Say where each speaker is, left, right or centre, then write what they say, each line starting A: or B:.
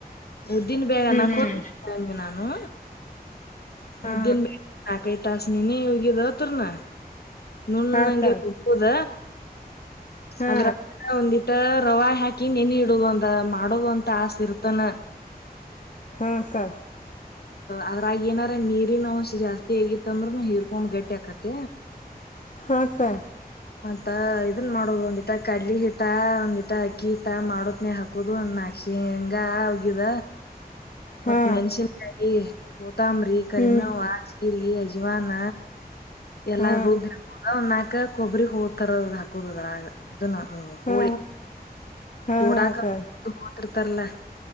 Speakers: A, on the left (about 75°); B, on the left (about 50°).
A: ಉದ್ದಿನ ಬ್ಯಾಳಿ ಅನಾಕ
B: ಹ್ಮ್
A: ಹೊಗ ಅಂದಿ ನಾನು.
B: ಹಾ
A: ಉದ್ದಿನ ಬ್ಯಾಳಿ ನಾಕ ಐದ ಟಾಸ್ ನೇಣಿ ಉಗಿದು ಅವತುರ್ಣ. ನುಣಂಗೆ
B: ಹಾ ಅಕ್ಕ
A: ರುಬ್ಬುದ.
B: ಹಾ
A: <inaudible> ಅತ ರವ ಹಾಕಿ ನೇಣಿ ಇಡುದು ಒಂದ ಮಾಡೋದು ಅಂತ ಟಾಸ್ ಇರ್ತಾನ.
B: ಹ್ಮ್ ಅಕ್ಕಾ.
A: ಅದ್ರಾಗ ಏನಾರ ನೀರಿನ ಅವಶ ಜಾಸ್ತಿ ಆಗಿತ್ತ ಅಂದ್ರೂ ನ ಹಿರ್ಕೊಂಡ್ ಗಟ್ಟಿ ಆಕತ್ತ.
B: ಹ ಅಕ್ಕಾ.
A: ಮತ್ತ ಇದನ್ ಮಾಡೋದು ಒಂದಿಟ ಕಡ್ಲಿ ಹಿಟ ಒಂದಿಟ ಅಕ್ಕಿ ಹಿಟ ಮಾಡತ್ನೇ ಹಾಕೋದು ಅಂದ ನಾಕ್ ಶೇಂಗಾ ಒಗಿದ.
B: ಹಾ
A: ಮತ್ ಮೆಣಸಿನ್ ಕಾಯ ಕೂತಂಬ್ರಿ ಕರಿಮೆವ.
B: ಹ್ಮ್
A: ಜೀರಿಗಿ ಅಜವಾನ ಎಲ್ಲಾ
B: ಹಾ
A: ರುಬ್ಬಿ ಹಾಕುದ ಒಂದ ನಾಕ್ ನಾಕ ಕೊಬ್ಬರಿ ಹೋಳ್ತರದ ಹಾಕುದ ಅದ್ರ ಅದನ್ನ
B: ಹಾ
A: ಹೋಳಿ.
B: ಹಾ
A: ಚೂಡಾಕ
B: ಹಾ ಅಕ್ಕ
A: ಹೋತಿರ್ತಾರಲ್ಲ.